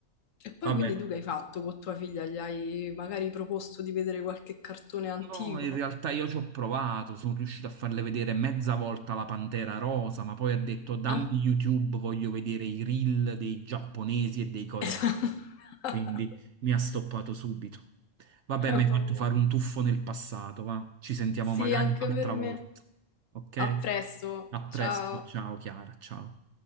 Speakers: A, on the left; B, on the right.
A: E poi
B: Vabbè,
A: quindi tu che hai fatto con tua figlia? Gli hai magari proposto di vedere qualche cartone antico?
B: no, in realtà io ci ho provato, sono riuscito a farle vedere mezza volta la Pantera Rosa, ma poi ha detto dammi
A: Eh?
B: YouTube, voglio vedere i reel dei giapponesi e dei coreani.
A: <laughs>
B: quindi mi ha stoppato subito. Vabbè,
A: Vabbè.
B: mi hai fatto fare un tuffo nel passato, va. Ci sentiamo
A: Sì,
B: magari
A: anche
B: un'altra
A: per me.
B: volta. Ok?
A: A presto.
B: A
A: Ciao.
B: presto, ciao Chiara, ciao.